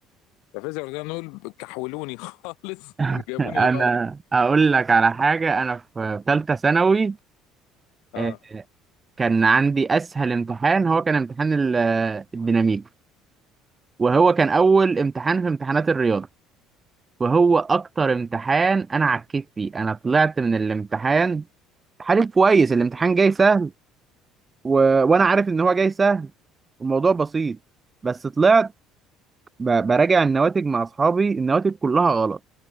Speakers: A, on the left (about 75°); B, on the right (about 25°).
A: الفيزياء ورياضه اتنين دول كحولوني <laughs> خالص
B: <laughs>
A: جابوني
B: انا
A: الارض
B: اقول لك على حاجه انا في ثالثه ثانوي
A: اه
B: آه، كان عندي اسهل امتحان هو كان امتحان ال- الديناميك وهو كان اول امتحان في امتحانات الرياضه وهو اكتر امتحان انا عكيت فيه انا طلعت من الامتحان حالي كويس الامتحان جاي سهل و... وانا عارف ان هو جاي سهل الموضوع بسيط بس طلعت ب... براجع النواتج مع اصحابي النواتج كلها غلط